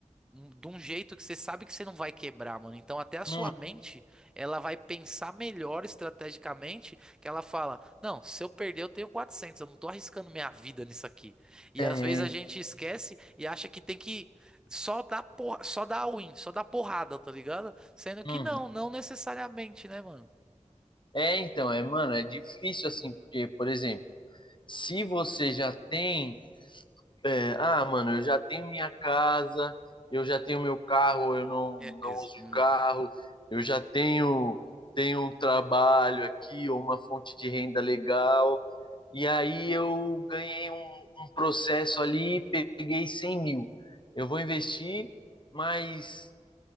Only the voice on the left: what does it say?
Uhum.
É.
Uhum.
É, então, é, mano, é difícil assim, porque, por exemplo, se você já tem É, ah, mano, eu já tenho minha casa, eu já tenho meu carro, eu não,
não
uso
carro, eu já tenho, tenho um trabalho aqui, ou uma fonte de renda legal. E aí eu ganhei um, um processo ali, peguei 100 mil. Eu vou investir, mas